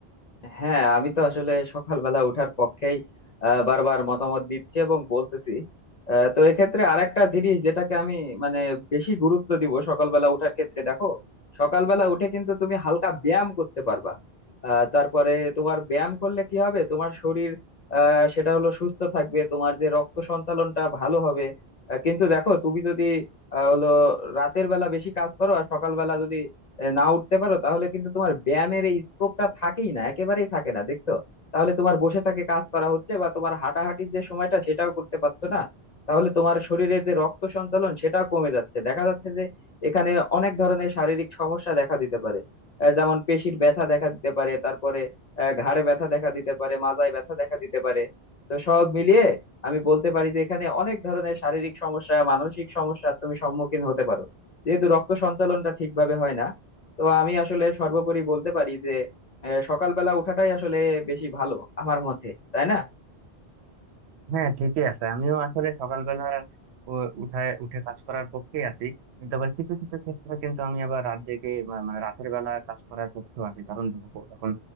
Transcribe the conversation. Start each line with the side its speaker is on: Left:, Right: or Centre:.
Left: হ্যাঁ আমি তো আসলে সকালবেলা উঠার পক্ষেই আহ, বারবার মতামত দিচ্ছি এবং বলতেছি আহ, তো এক্ষেত্রে আরেকটা জিনিস যেটাকে আমি মানে বেশি গুরুত্ব দিব সকালবেলা উঠার ক্ষেত্রে দেখো সকালবেলা উঠে কিন্তু তুমি হালকা ব্যায়াম করতে পারবা আহ, তারপরে তোমার ব্যায়াম করলে কি হবে তোমার শরীর আহ, সেটা হলো সুস্থ থাকবে তোমার যে রক্ত সঞ্চালনটা ভালো হবে আহ, কিন্তু দেখো তুমি যদি আহ, হলো রাতের বেলা বেশি কাজ করো আর সকালবেলা যদি এ, না উঠতে পারো তাহলে কিন্তু তোমার ব্যায়ামের এই স্কোপটা থাকেই না একেবারেই থাকে না দেখছো তাহলে তোমার বসে থাকে কাজ করা হচ্ছে বা তোমার হাঁটাহাঁটির যে সময়টা সেটাও করতে পারছো না তাহলে তোমার শরীরে যে রক্ত সঞ্চালন সেটাও কমে যাচ্ছে দেখা যাচ্ছে যে এখানে অনেক ধরনের শারীরিক সমস্যা দেখা দিতে পারে আহ, যেমন পেশির ব্যথা দেখা দিতে পারে তারপরে আহ, ঘাড়ে ব্যথা দেখা দিতে পারে মাজায় ব্যথা দেখা দিতে পারে তো সব মিলিয়ে আমি বলতে পারি যে এখানে অনেক ধরনের শারীরিক সমস্যা মানসিক সমস্যা তুমি সম্মুখীন হতে পারো যেহেতু রক্ত সঞ্চালনটা ঠিকভাবে হয় না তো আমি আসলে সর্বোপরি বলতে পারি যে আহ, সকালবেলা ওঠাটাই আসলে বেশি ভালো আমার মতে তাই না
Right: হ্যাঁ ঠিকই আছে আমিও আসলে সকালবেলা উ- উঠায় উঠে কাজ করার পক্ষেই আছি কিন্তু আবার কিছু কিছু ক্ষেত্রে কিন্তু আমি আবার রাত জেগে মা- মানে রাতের বেলা কাজ করার পক্ষেও আছি কারণ দেখো এখন